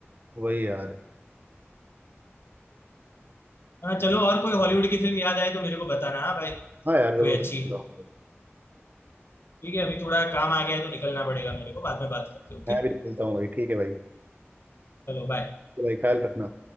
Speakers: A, on the right (about 45°); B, on the left (about 60°).
A: वही यार
B: हाँ चलो और कोई हॉलीवुड की फिल्म याद आए तो मेरे को बताना हाँ भाई
A: हाँ यार जरूर
B: कोई
A: देखूंगा।
B: अच्छी ठीक है अभी थोड़ा काम आ गया है तो निकलना पड़ेगा मेरे को बाद में बात करते हैं ओके
A: मैं भी निकलता हूँ भाई ठीक है भाई
B: चलो बाय
A: तो भाई ख्याल रखना